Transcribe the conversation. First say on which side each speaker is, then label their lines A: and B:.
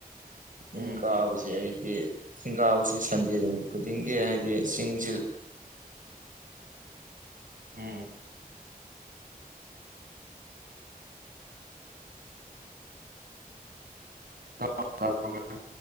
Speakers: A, on the right; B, on the right.
A: ꯆꯤꯡ
B: ꯎꯝ
A: ꯀꯥꯕꯁꯤꯦ ꯑꯩꯗꯤ ꯆꯤꯡ ꯀꯥꯕꯁꯤ ꯁꯟꯗꯦ ꯅꯨꯃꯤꯠ ꯈꯨꯗꯤꯡꯒꯤ ꯍꯥꯏꯗꯤ ꯆꯤꯡꯁꯤ
B: ꯎꯝ ꯇꯥꯕꯔꯦ ꯇꯥꯕꯔꯦ ꯚꯥꯢ